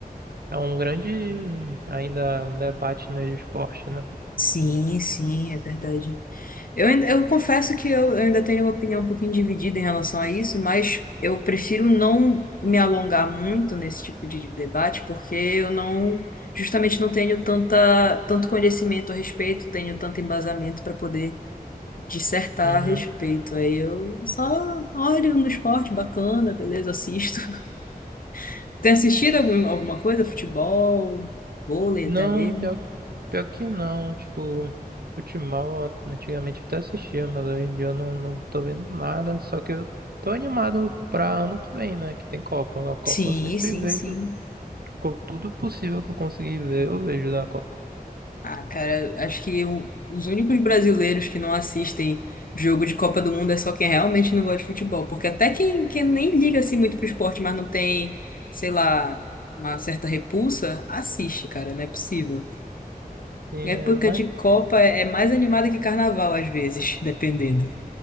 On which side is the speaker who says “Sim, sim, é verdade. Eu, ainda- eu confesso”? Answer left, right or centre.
Left